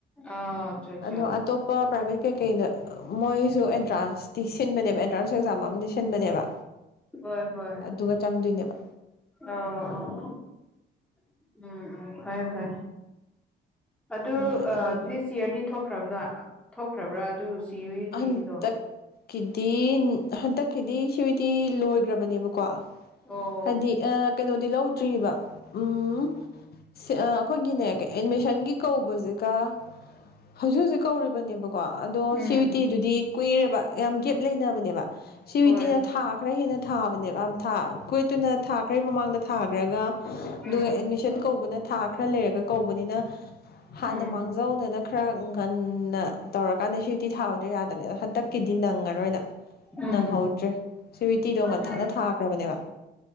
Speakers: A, in the centre; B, on the left.
A: ꯑꯆꯥ ꯑꯆꯥ
B: ꯑꯗꯣ ꯑꯇꯣꯞꯄ ꯄ꯭ꯔꯥꯏꯚꯦꯠ ꯀꯩꯀꯩꯗ ꯃꯣꯏꯁꯨ ꯑꯦꯟꯇ꯭ꯔꯥꯟꯁꯇꯤ ꯁꯤꯟꯕꯅꯦꯕ ꯑꯦꯟꯇ꯭ꯔꯥꯟꯁ ꯑꯦꯛꯖꯥꯝ ꯑꯃꯗꯤ ꯁꯤꯟꯕꯅꯦꯕ
A: ꯍꯣꯏ ꯍꯣꯏ
B: ꯑꯗꯨꯒ ꯆꯪꯗꯣꯏꯅꯦꯕ
A: ꯑ ꯑꯣ ꯎꯝ ꯎꯝ ꯐ ꯐ ꯑꯗꯨ
B: ꯍꯣꯏ ꯑꯗꯨ ꯑꯗꯨꯝ
A: ꯗꯤꯁ ꯌꯌꯥꯔꯗꯤ ꯊꯣꯛꯈ꯭ꯔꯕ꯭ꯔꯥ ꯊꯣꯛꯈ꯭ꯔꯕ꯭ꯔꯥ ꯑꯗꯨ ꯌꯨ ꯌꯨ
B: ꯍꯟꯗꯛꯀꯤꯗꯤ
A: ꯇꯤꯗꯣ
B: ꯍꯟꯗꯛꯀꯤꯗꯤ ꯁꯤꯗꯤ ꯂꯣꯏꯈ꯭ꯔꯕꯅꯦꯕꯀꯣ
A: ꯑꯣ
B: ꯍꯥꯏꯗꯤ ꯀꯩꯅꯣꯗꯤ ꯂꯧ ꯇ꯭ꯔꯤꯕ ꯎꯝ ꯑꯩꯈꯣꯏꯒꯤꯅꯦ ꯑꯦꯗꯃꯤꯁꯟꯒꯤ ꯀꯧꯕꯁꯤꯒ ꯍꯧꯖꯤꯛ ꯍꯧꯖꯤꯛ ꯀꯧꯔꯤꯕꯅꯦꯕꯀꯣ ꯑꯗꯣ
A: ꯎꯝ
B: ꯁꯤ ꯑꯗꯨꯗꯤ ꯀꯨꯏꯔꯦꯕ ꯌꯥꯝ ꯒꯦꯞ ꯂꯩꯅꯕꯅꯦꯕ ꯁꯤ ꯍꯧꯖꯤꯛꯇꯤꯅ
A: ꯍꯣꯏ
B: ꯊꯥ ꯈꯔ ꯍꯦꯟꯅ ꯊꯥꯕꯅꯦꯕ ꯊꯥ ꯀꯣꯏꯠꯇꯨꯅ ꯊꯥ ꯈꯔ ꯃꯃꯥꯡꯗ ꯊꯥꯈ꯭ꯔꯒ
A: ꯎꯝ
B: ꯑꯗꯨꯒ ꯑꯦꯠꯃꯤꯁꯟ ꯀꯧꯕꯅ ꯊꯥ ꯈꯔ ꯂꯩꯔꯒ ꯀꯧꯕꯅꯤꯅ ꯍꯥꯟꯅ
A: ꯎꯝ
B: ꯃꯥꯡꯖꯧꯅꯅ ꯈꯔ ꯉꯟꯅ ꯇꯧꯔꯀꯥꯟꯗ ꯁꯤꯛꯇꯤ ꯊꯥꯎꯗ ꯌꯥꯗꯕꯅꯦ ꯑꯗꯣ ꯍꯟꯗꯛꯀꯤꯗꯤ ꯅꯪꯉꯔꯣꯏꯅ
A: ꯎꯝ
B: ꯅꯪꯍꯧꯗ꯭ꯔꯦ ꯁꯤ ꯋꯤꯇꯤꯗꯣ ꯉꯟꯇꯥꯅ
A: ꯎꯝ
B: ꯊꯥꯈ꯭ꯔꯕꯅꯦꯕ